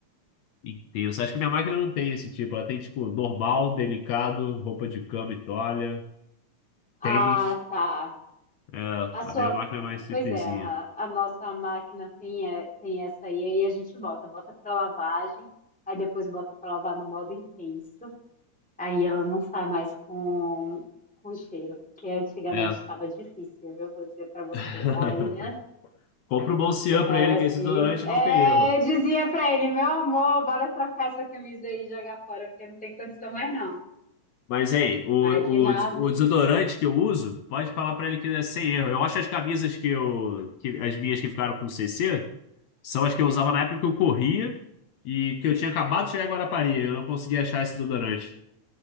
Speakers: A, on the left (about 70°); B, in the centre.
A: Intenso. Acho que minha máquina não tem esse tipo. Ela tem, tipo, normal, delicado, roupa de cama e toalha,
B: Ah,
A: tênis.
B: tá.
A: É,
B: A
A: a
B: sua,
A: minha máquina é mais simplesinha.
B: pois é, a, a nossa máquina tem, é, tem essa aí, aí a gente bota, bota para lavagem, aí depois bota para lavar no modo intenso. Aí ela não sai mais com, com cheiro, que antigamente
A: É.
B: estava difícil, viu? Vou dizer pra você,
A: <laughs>
B: olha,
A: Compra o Bolcian
B: eu falava
A: pra ele,
B: assim,
A: que esse desodorante
B: é,
A: não tem erro.
B: eu dizia pra ele, meu amor, bora trocar essa camisa aí e jogar fora, porque não tem condição mais não.
A: Mas, hein, o,
B: Ah, que nada.
A: o, o desodorante que eu uso, pode falar pra ele que é sem erro. Eu acho as camisas que eu. Que, as minhas que ficaram com CC são as que eu usava na época que eu corria e que eu tinha acabado de chegar em Guarapari. Eu não conseguia achar esse desodorante.